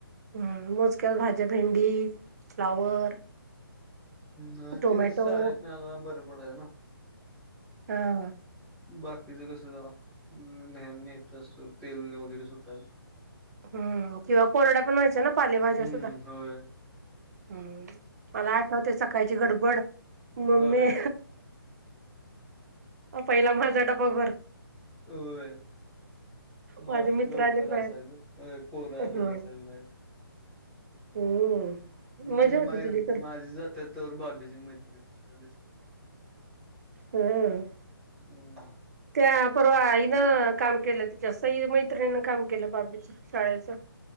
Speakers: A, on the right; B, in the centre.
A: हम्म मोजक्या भाज्या भेंडी, फ्लावर.
B: नाही
A: टोमॅटो
B: ते कस, शाळेत न्यायला बर पडायच ना.
A: हा
B: बाकीच कस जरा, न नेहेयचं असत तेल वगैरे सुटाय
A: हम्म, किंवा कोरड्या पण व्हायचा ना पालेभाज्या
B: हम्म
A: सुद्धा.
B: होय
A: हम्म, मला आठवते सकाळची गडबड. म
B: होय
A: मी पहिला माझा डबा भर
B: होय, माझ
A: माझे मित्र
B: लवकर
A: आलेत बाहेर
B: असायच. होय पोर
A: ह
B: आलेली असायची माझ्याकडे.
A: हम्म मजा
B: मी
A: होती
B: माय
A: तुझी तर
B: माझी जात्यात तवर बाब्याची मैत्रीण दिसते.
A: हम्म
B: हम्म
A: त्या परवा इन काम केल. तिच्या सई मैत्रिणीन काम केल बाबीच. शाळेच